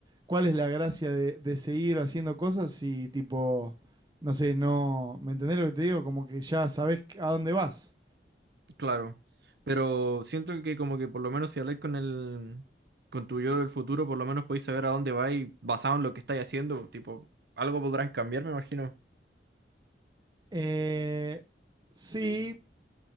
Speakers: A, on the right (about 25°); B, on the right (about 60°).
A: ¿cuál es la gracia de, de seguir haciendo cosas si tipo, no sé, no, ¿me entendés lo que te digo? Como que ya sabés a dónde vas.
B: claro. Pero siento que como que por lo menos si habláis con el... Con tu yo del futuro, por lo menos podéis saber a dónde vais basado en lo que estáis haciendo. Tipo, algo podrás cambiar, me imagino.
A: Eh, sí,